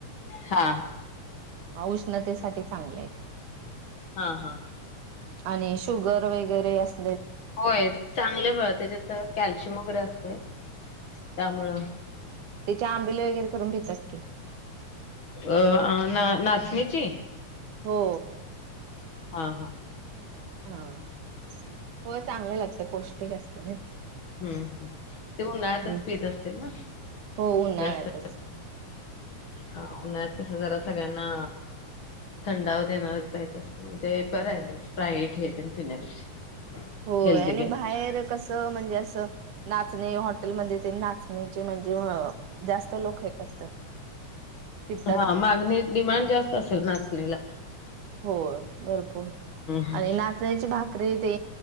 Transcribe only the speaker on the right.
उष्णतेसाठी चांगलं आहे.
आणि शुगर वगैरे अस
त्याच्या आंबिले वगैरे करून देतात की,
हो.
होय चांगला लागते पौष्टिक ते ते ना
ते
हो उन्हाळ्यातच
होय
आणि
बाहेर कस म्हणजे असं नाचणे हॉटेलमध्ये ते नाच. म्हणजे म्हणजे मग जास्त <unintelligible> पितात
हो. भरपूर
आणि नाचण्याची भाकरी ते